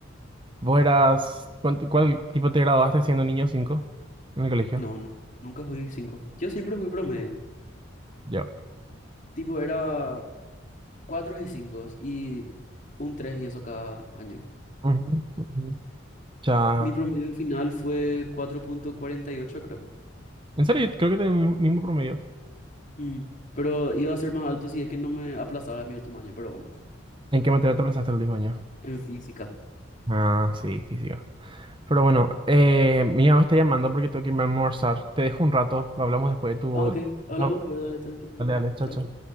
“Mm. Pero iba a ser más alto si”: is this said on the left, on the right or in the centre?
Left